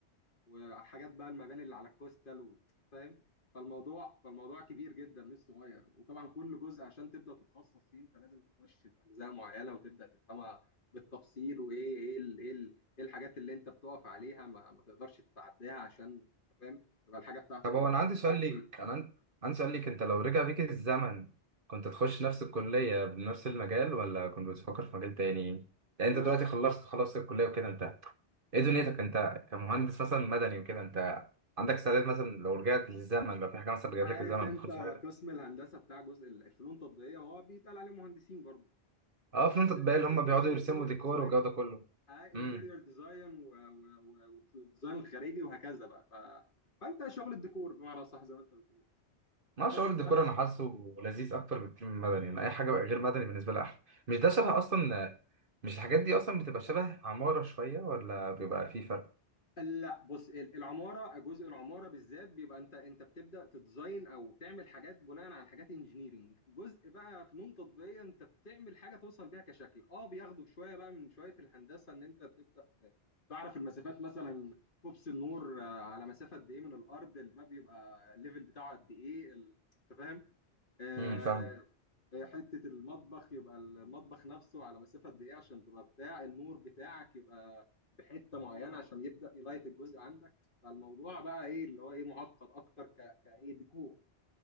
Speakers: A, on the left; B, on the right.
A: وحاجات بقى المباني اللي على الكوستال و- فاهم فالموضوع فالموضوع كبير جدا مش صغير وطبعا كل جزء عشان تبدا تتخصص فيه انت لازم تخش في اجزاء معينه وتبدا تفهمها بالتفصيل وايه ايه ال- ايه ال- ايه الحاجات اللي انت بتقف عليها ما, ما تقدرش تتعداها عشان انت فاهم يبقى الحاجه بتاعتك
B: طب
A: البيلدر
B: هو انا عندي سؤال
A: بتاعك
B: ليك
A: سيف
B: انا عن- عندي سؤال ليك انت لو رجع بيك الزمن كنت تخش نفس الكلية بنفس المجال ولا كنت بتفكر في مجال تاني يعني
A: بص
B: انت دلوقتي خلصت خلصت الكلية وكده انت ايه دنيتك انت كمهندس مثلا مدني وكده انت عندك استعداد مثلا لو رجعت للزمن لو في حاجة مثلا رجعت
A: عارف
B: لك الزمن
A: انت
B: تخش حاجة تانية
A: قسم الهندسه بتاع جزء الفنون التطبيقيه هو بيتقال عليه مهندسين برضه
B: اه فهمت
A: بس
B: بقى
A: انت
B: اللي
A: بتبدا
B: هم بيقعدوا
A: بقى
B: يرسموا
A: انتيريور
B: ديكور
A: ديزاين
B: والجو ده كله
A: انتريور
B: امم
A: ديزاين والديزاين الخارجي وهكذا بقى ف... فانت شغل الديكور بمعنى صح زي ما انت بتقول
B: ما
A: بس
B: شعور الديكور
A: انا
B: انا حاسه لذيذ اكتر بكتير من المدني يعني اي حاجه غير مدني بالنسبه لي احلى مش ده شبه
A: برضه
B: اصلا مش الحاجات دي اصلا بتبقى شبه عماره شويه ولا بيبقى في فرق
A: لا بص ال- العماره جزء العماره بالذات بيبقى انت انت بتبدا تديزاين او تعمل حاجات بناء على حاجات انجينيرنج جزء بقى فنون تطبيقيه انت بتعمل حاجه توصل بيها كشكل اه بياخدوا شويه بقى من شويه الهندسه ان انت بتبدا ت- تعرف المسافات مثلا كوبس النور آه، على مسافه قد ايه من الارض الباب يبقى الليفل بتاعه قد ايه ال- انت فاهم آه،
B: امم فاهم
A: آه، حتة المطبخ يبقى المطبخ نفسه على مسافة قد إيه عشان تبقى بتاع النور بتاعك يبقى بحتة معينة عشان يبدأ يلايت الجزء عندك فالموضوع بقى إيه اللي هو إيه معقد أكتر ك... كإيه ديكور